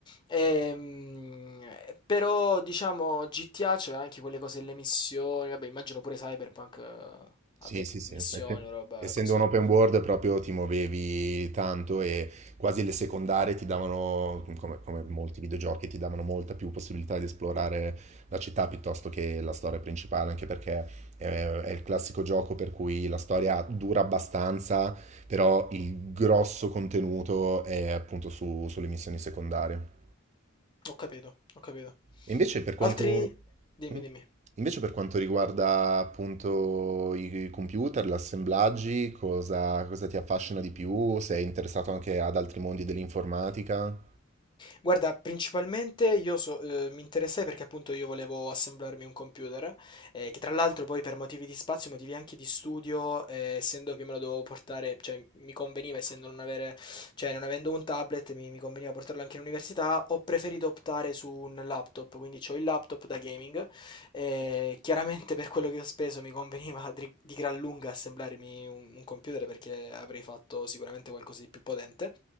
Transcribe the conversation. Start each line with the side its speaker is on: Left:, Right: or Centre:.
Left: Ehm, però, diciamo, GTA c'aveva anche quelle cose, le missioni, vabbè, immagino pure Cyberpunk eh,
Right: Sì,
Left: abbia
Right: sì,
Left: pi-
Right: sì,
Left: missioni
Right: perché
Left: o roba
Right: essendo
Left: così.
Right: un open world proprio ti muovevi tanto e quasi le secondarie ti davano, come, come molti videogiochi, ti davano molta più possibilità di esplorare la città piuttosto che la storia principale, anche perché eh, è il classico gioco per cui la storia dura abbastanza, però il grosso contenuto è appunto su- sulle missioni secondarie.
Left: Ho capito, ho capito.
Right: E invece per Ecco.
Left: Altri?
Right: quanto,
Left: Dimmi,
Right: Mm.
Left: dimmi.
Right: invece per quanto riguarda appunto i computer, gli assemblaggi, cosa, cosa ti affascina di più? Sei interessato anche ad altri mondi dell'informatica?
Left: Guarda, principalmente io so uhm, mi interessai perché appunto io volevo assemblarmi un computer, ehm, che tra l'altro poi per motivi di spazio, motivi anche di studio, ehm, essendo che me lo dovevo portare cioè mi conveniva essendo non avere cioè non avendo un tablet mi mi conveniva portarlo anche in università, ho preferito optare su un laptop, quindi c'ho il laptop da gaming, ehm, chiaramente per quello che ho speso mi conveniva dri di gran lunga assemblarmi un un computer perché avrei fatto sicuramente qualcosa di più potente.